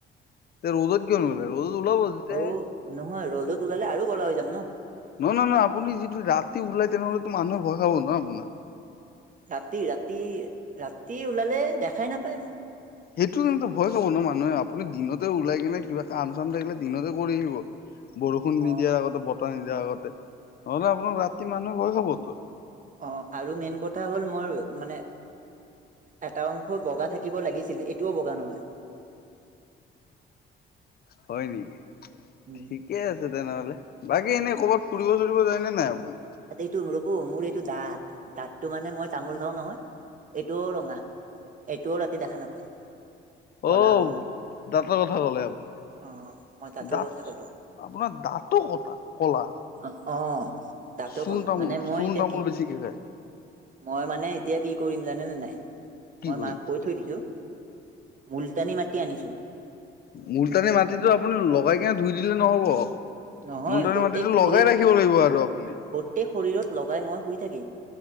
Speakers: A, on the left (about 50°); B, on the right (about 40°).
A: তে ৰ'দত কিয় নোলায় ৰ'দত ওলাব। তেতিয়াহে
B: অঔ নহয় ৰ'দত ওলালে আৰু ক'লা হৈ যাম ন।
A: নহয়, নহয়, নহয়, আপুনি যটো ৰাতি ওলাই তেনেহ'লেতো মানুহে ভয় খাব ন আপোনাক।
B: ৰাতি ৰাতি ৰাতি ওলালে দেখাই নাপায় মোক।
A: সেইটো কিন্তু ভয় খাব ন মানুহে আপুনি দিনতে ওলাই কিনে কিবা কাম চাম থাকিলে দিনতে কৰি আহিব। বৰষুণ
B: অ
A: নিদিয়াৰ আগতে বতাহ নিদিয়াৰ আগতে নহলে আপোনাক ৰাতি মানুহে ভয় খাবতো।
B: অ' আৰু মেইন কথা হ'ল মোৰ মানে এটা অংশই বগা থাকিব লাগিছিল এইটোও বগা নহয়।
A: হয় নেকি?
B: উম।
A: ঠিকে আছে। তেনেহ'লে বাকী এনেই ক'ৰবাত ফুৰিব চুৰিব যায়নে নাই আপুনি?
B: ৰবো মোৰ এইটো দাঁত দাঁতটো মানে মই তামোল খাও নহয়। এইটোও ৰঙা এইটোও ৰাতি দেখা নাপায়। ক'লা
A: অ'
B: হৈ যায়
A: দাঁতৰ কথা ক'লে আপুনি
B: অ মই দাঁতৰ
A: দাঁত।
B: কথা ক'লো
A: আপোনাৰ দাঁটো কটা ক'লা।
B: অ' অ' দাটো
A: চূণ
B: ক', লা
A: তামোল
B: মানে মই
A: চূণ
B: এতিয়া
A: তামোল
B: কি
A: বেছিকে
B: কো
A: খায়
B: মই মানে এতিয়া কি কৰিম জানেনে নাই।
A: কি
B: মই
A: কৰিব?
B: মাক কৈ থৈ দিছো মুলতানি মাতি আনিছো।
A: মলটানি মাটিতটো আপুনি লগাই কিনে ধুই দিলে নহব।
B: নহয়
A: মলটানী
B: গোটেই
A: মাটিটো
B: শৰীৰ
A: লগাই ৰাখিব লাগিব আৰু আপুনি
B: গোটেই শৰীৰত লগাই মই শুই থাকিম।